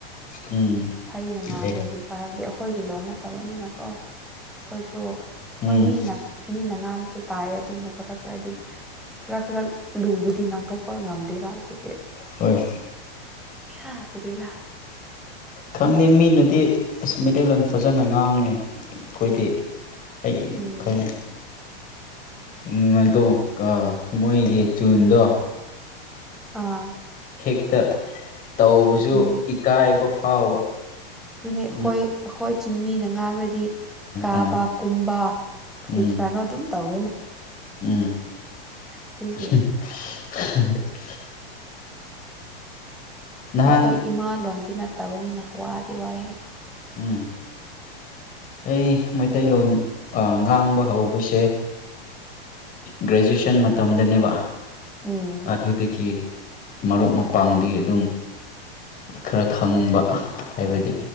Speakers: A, on the left; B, in the centre.
A: ꯎꯝ
B: ꯐꯩꯅ ꯉꯥꯡꯉꯣꯏꯒꯦꯀꯣ
A: ꯌꯥꯏ
B: ꯍꯥꯏꯕꯗꯤ ꯑꯣꯏ ꯑꯩꯈꯣꯏꯒꯤ ꯂꯣꯟ ꯅꯠꯇꯕꯅꯤꯅꯀꯣ ꯑꯩꯈꯣꯏꯁꯨ
A: ꯎꯝ
B: ꯍꯣꯏ ꯃꯤꯅ ꯃꯤꯅ ꯉꯥꯥꯡ ꯇꯥꯏ ꯑꯗꯨꯕꯨ ꯈꯔ ꯈꯔꯗꯤ ꯈꯔ ꯈꯔ ꯂꯨꯕꯗꯤ ꯉꯥꯛꯊꯣꯛꯄꯒ ꯉꯝꯗꯦꯕ ꯑꯗꯨ
A: ꯍꯣꯏ
B: ꯏꯍꯥ ꯀꯔꯤꯔꯥ
A: ꯈꯪꯗꯦ ꯃꯤꯅꯗꯤ ꯑꯁ ꯃꯩꯇꯩꯂꯣꯟ ꯐꯖꯅ ꯉꯥꯡꯉꯤ ꯑꯩꯈꯣꯏꯗꯤ ꯑꯩ
B: ꯎꯝ
A: ꯈꯪꯉꯩ ꯎꯝ ꯑꯗꯣ ꯃꯣꯏꯒꯤ ꯆꯨꯟꯗꯣ
B: ꯑꯥ
A: ꯍꯦꯛꯇ ꯇꯧꯕꯁꯨ
B: ꯑꯗꯨꯅꯤ
A: ꯏꯀꯥꯏꯕ ꯐꯥꯎꯕ
B: ꯑꯗꯨꯅꯤ ꯑꯩꯈꯣꯏ
A: ꯎꯝ
B: ꯑꯩꯈꯣꯏ ꯆꯤꯡꯃꯤꯅ ꯉꯥꯡꯔꯗꯤ ꯀꯥꯕ
A: ꯑꯥ
B: ꯀꯨꯝꯕ ꯀ꯭ꯔꯤ
A: ꯎꯝ
B: ꯔꯅꯣ ꯑꯗꯨꯨ ꯇꯧ
A: ꯎꯝ
B: ꯑꯗꯨꯒꯤ
A: <inaudible> ꯅꯍꯥꯟ
B: ꯑꯩꯈꯣꯏ ꯏꯃꯥ ꯂꯗꯤ ꯅꯠꯇꯕꯅꯤꯅ ꯋꯥꯗꯤ ꯋꯥꯍꯦ
A: ꯎꯝ ꯑꯩ ꯃꯩꯇꯩꯂꯣꯟ ꯉꯥꯡꯕ ꯍꯧꯕꯁꯦ ꯒ꯭ꯔꯦꯖꯨꯌꯦꯁꯟ ꯃꯇꯝꯗꯅꯦꯕ
B: ꯎꯝ
A: ꯑꯗꯨ ꯑꯗꯨꯗꯒꯤ ꯃꯔꯨꯞ ꯃꯄꯥꯡꯗꯤ ꯑꯗꯨꯝ ꯈꯔ ꯈꯪꯕ ꯍꯥꯏꯕꯗꯤ